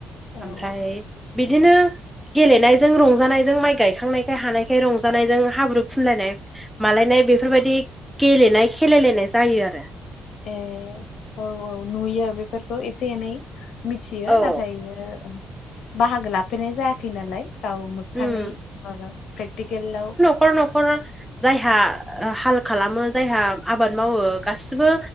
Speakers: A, on the left; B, in the centre.
A: औ
B: आमफ्राय बिदिनो गेलेनायजों रंजानायजों माइ गायखांनायखाय हानायखाय रंजानायजों हाब्रु फुनलायनाय मालायनाय बेफोरबायदि गेलेनाय खेलायलायनाय जायो आरो।
A: ए औ-औ नुयो बेफोरखौ एसे एनै। मिथियो
B: औ
A: नाथाययो बाहागो लाफेरनाय जायाखै नालाय। गाव मोगथाङै
B: उम
A: माबा प्रेक्टिकेलाव
B: न'खर-न'खर जायहा हाल खालामो जायहा आबाद मावो गासिबो